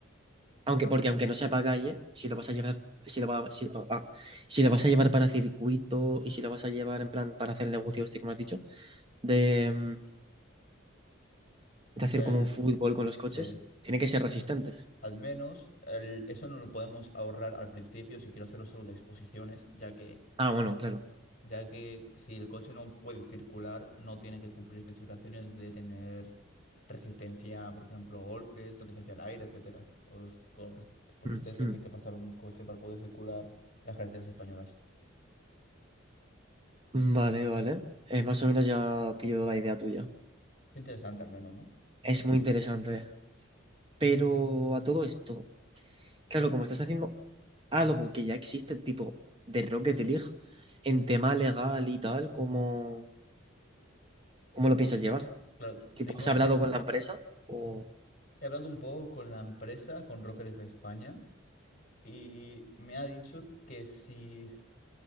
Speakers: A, on the right; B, on the left.
A: aunque porque aunque no sea para calle, si lo vas a llevar si lo va- si, ah, ah, si lo vas a llevar para circuito y si lo vas a llevar en plan para hacer el negocio este que me has dicho, de, mm, de hacer
B: Del,
A: como un fútbol con los
B: sí,
A: coches, tiene que ser resistente.
B: al menos el- eso no lo podemos ahorrar al principio si quiero hacerlo solo de exposiciones, ya que
A: Ah, bueno, claro.
B: ya que si el coche no puede circular, no tiene que cumplir especificaciones de tener resistencia, por ejemplo, a golpes, resistencia al aire, etcétera. Os- Con, res- con
A: Ujú.
B: ustedes que tienen que pasar un coche para poder circular las carreteras españolas.
A: Vale, vale. Eh, más o menos ya pillo la idea tuya.
B: Es interesante al menos, ¿no?
A: Es muy interesante. Pero a todo esto. Claro, como estás haciendo algo que ya existe, tipo de Rocket League, en tema legal y tal, ¿cómo, cómo lo piensas llevar?
B: Claro,
A: Tipo,
B: tengo
A: ¿has hablado
B: pe-
A: con la empresa? O,
B: he hablado un poco con la empresa, con Rocker España, y me ha dicho que si